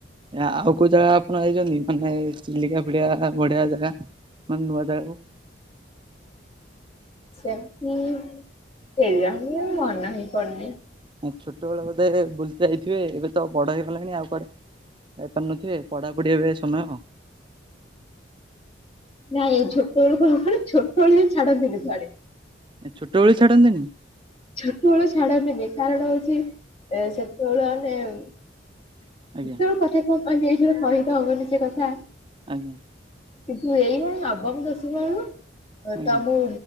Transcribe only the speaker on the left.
ସେମିତି ସେହିୟାହୀ ମାନେହିଁ ପଡୁନି।
ନାଇଁ ଛୋଟ ବେଳୁ <unintelligible> ଛୋଟ ବେଳୁ ହିଁ ଛାଡ଼ନ୍ତିନି କୋଉଁଆଡେ।
ଛୋଟବେଳୁ ଛାଡନ୍ତିନି କାରଣ ହଉଛି ଏ ସେତେବେଳେ ମାନେ ଏତେବେଳେ
କଥା କଣ କହେ ଏଇ ସହିଦ ହବନି ସେ କଥା।
କିନ୍ତୁ ଏଇଭଳି ମାବାଙ୍କୁ ଦଶିବା ବେଳୁ
ତ ମୁଁ